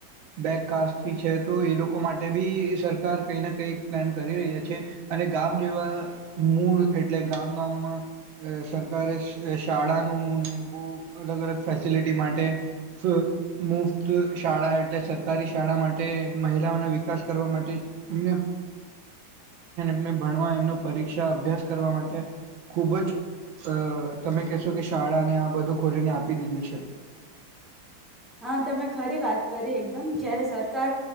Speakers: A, on the right; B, in the centre.
A: બેકકાાસથી છે તો એ લોકો માટે બી સરકાર કઈ ના કઈ પ્લાન કરી રહ્યા છે અને ગામ જેવા મૂળ એટલે ગામ ગામમાં સરકારે શાળાનું ને બહુ અલગ અલગ ફેસિલિટી માટે મુફ્ત શાળા એટલે સરકારી શાળા માટે મહિલાઓનો વિકાસ કરવા માટે એમને ભણવા એમનો પરીક્ષા અભ્યાસ કરવા માટે ખૂબ જ તમે કહેશો કે શાળાને આ બધું ખોલીને, આપી દીધું છે.
B: હા તમે ખરી વાત કરી એકદમ જયારે સરકાર